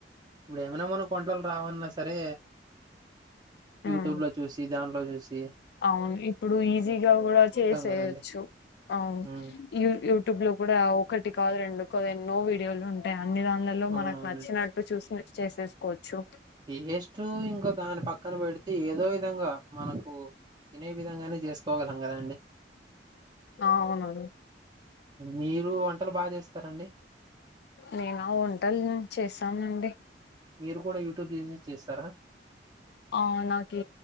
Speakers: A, on the right; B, on the left.
A: ఏమైనా మనకి వంటలు రావన్నా సరే
B: ఉమ్
A: యూట్యూబ్ లో చూసి ప్రైవసీ
B: అవును ఇప్పుడు ఈజీగా గూడా చేసేయొచ్చు
A: కదండి
B: అవును
A: ఉమ్
B: యూ యూట్యూబ్లో కూడా ఒకటి కాదు రెండు కాదు ఎన్నో వీడియోలు ఉంటాయి అంటే అన్ని దాన్లలో
A: అవునవునండి
B: మనక్ నచ్చినట్టు చూసి చేసేస్ కోవచ్చు
A: టేస్టూ ఇంకో దాని పక్కన పెడితే ఏదో విధంగా మనకు తినే విధంగానే చేస్ కోగలం కదాండి
B: అవును
A: మీరు వంటలు బా చేస్తారండి
B: నేనా వంటల్ చేశానండి
A: మీరు కూడా యూట్యూబ్ చూసి చేస్తారా
B: అవున్ నాకి